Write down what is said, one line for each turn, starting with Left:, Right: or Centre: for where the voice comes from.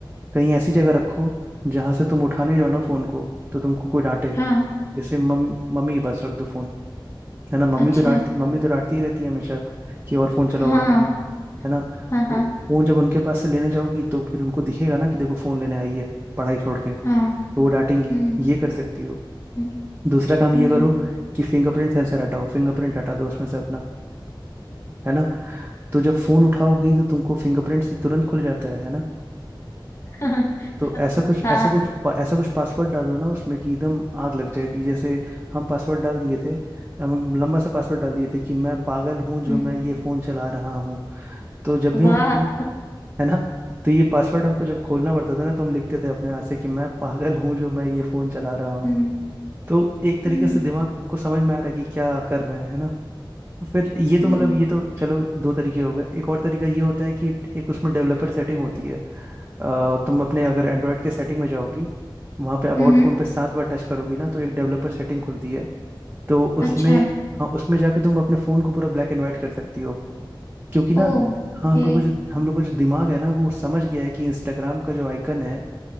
Right: कहीं ऐसी जगह रखो जहां से तुम उठाने जाओ ना फोन को तो तुमको कोई डांटे
Left: हाँ
Right: जैसे मम मम्मी के पास रख दो फोन है ना मम्मी
Left: अच्छा
Right: तो डांटती मम्मी तो डांटती ही रहती है हमेशा कि और फोन चलाओ
Left: हाँ
Right: और फोन चलाओ है ना
Left: हाँ
Right: तो
Left: हाँ
Right: फोन जब उनके पास से लेने जाओगी तो फिर उनको दिखेगा ना कि देखो फोन लेने आई है पढ़ाई छोड़ के तो
Left: हाँ
Right: वो डांटेंगी
Left: हम्म
Right: ये कर सकती हो
Left: हम्म
Right: दूसरा काम
Left: हम्म,
Right: ये करो कि फिंगरप्रिंट सेंसर हटाओ फिंगरप्रिंट हटा दो उसमें से अपना है ना तो जब फोन उठाओगी तो तुमको फिंगरप्रिंट से तुरंत खुल जाता है है ना
Left: <laughs>
Right: तो
Left: हाँ
Right: ऐसा कुछ
Left: हाँ,
Right: ऐसा कुछ ऐसा कुछ पासवर्ड डालो ना उसमें कि एकदम आग लग जाएगी जैसे हम पासवर्ड डाल दिए थे हम लंबा सा पासवर्ड डाल दिए थे कि मैं पागल हूँ जो
Left: हम्म
Right: मैं ये फोन चला रहा हूँ तो जब भी
Left: वाह
Right: हमको फोन है ना तो ये पासवर्ड हमको जब खोलना पड़ता था ना तो हम लिखते थे अपने हाथ से कि मैं पागल हूँ जो मैं ये फोन चला रहा हूँ
Left: हम्म
Right: तो एक तरीके
Left: हम्म
Right: से दिमाग को समझ में आ रहा है कि क्या कर रहे हैं है ना फिर ये तो
Left: हम्म
Right: मतलब ये तो चलो दो तरीके हो गए एक और तरीका ये होता है कि एक उसमें डेवलपर सेटिंग होती है अ, तुम अपने अगर एंड्रॉयड के सेटिंग में जाओगी वहाँ पे अबाउट
Left: हम्म
Right: फ़ोन पे सात बार टच करोगी ना तो एक डेवलपर सेटिंग खुलती है तो उसमें
Left: अच्छा
Right: हाँ उसमें जाके तुम अपने फ़ोन को पूरा ब्लैक एंड वाइट कर सकती हो क्योंकि ना
Left: ओके
Right: हाँ हम लोग को जो हम लोग को जो दिमाग है ना वो समझ गया है कि इंस्टाग्राम का जो आइकन है